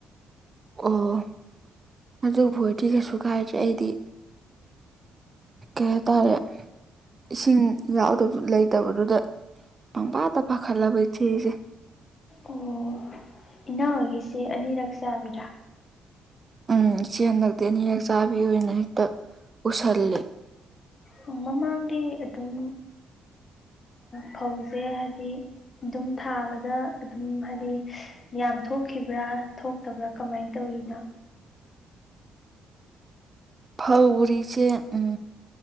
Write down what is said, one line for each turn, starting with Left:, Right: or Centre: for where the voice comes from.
Right: ꯑꯣ ꯑꯗꯨꯕꯨ ꯑꫭꯏꯗꯤ ꯀꯩꯁꯨ ꯀꯥꯏꯗ꯭ꯔꯦ ꯑꯩꯗꯤ ꯀꯩ ꯍꯥꯏꯇꯥꯔꯦ ꯏꯁꯤꯡ ꯌꯥꯎꯗꯕꯁꯨ ꯂꯩꯇꯕꯗꯨꯗ ꯄꯪꯄꯥꯇ ꯄꯥꯈꯠꯂꯕ ꯏꯆꯦꯁꯦ
Left: ꯑꯣ ꯏꯅꯥꯎꯒꯤꯁꯦ ꯑꯅꯤꯔꯛ ꯆꯥꯕꯤꯔꯥ
Right: ꯎꯝ ꯏꯆꯦ ꯍꯟꯗꯛꯇꯤ ꯑꯅꯤꯍꯦꯛ ꯆꯥꯕꯤ ꯑꯣꯏꯅ ꯍꯦꯛꯇ ꯎꯁꯜꯂꯤ
Left: ꯑꯣ ꯃꯃꯥꯡꯗꯤ ꯑꯗꯨꯝ ꯐꯧꯁꯦ ꯍꯥꯏꯗꯤ ꯑꯗꯨꯝ ꯊꯥꯕꯗ ꯑꯗꯨꯝ ꯍꯥꯏꯗꯤ ꯌꯥꯝ ꯊꯣꯛꯈꯤꯕ꯭ꯔꯥ ꯊꯣꯛꯇꯕ꯭ꯔꯥ ꯀꯃꯥꯏꯅ ꯇꯧꯋꯅ
Right: ꯐꯧ ꯎꯔꯤꯁꯦ ꯎꯝ